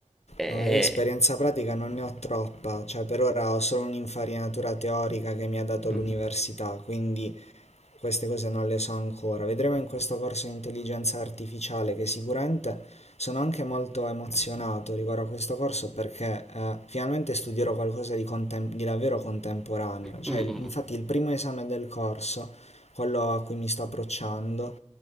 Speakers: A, in the centre; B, on the left.
A: E...
B: Ah, io esperienza pratica non ne ho troppa, cioè per ora ho solo un'infarinatura teorica che mi ha dato
A: Mhm.
B: l'università, quindi queste cose non le so ancora. Vedremo in questo corso di intelligenza artificiale che sicuramente sono anche molto emozionato riguardo a questo corso perché eh, finalmente studierò qualcosa di, contem- di davvero contemporaneo. Cioè,
A: Mm, mm,
B: il- infatti il primo esame del corso, quello a cui mi sto approcciando,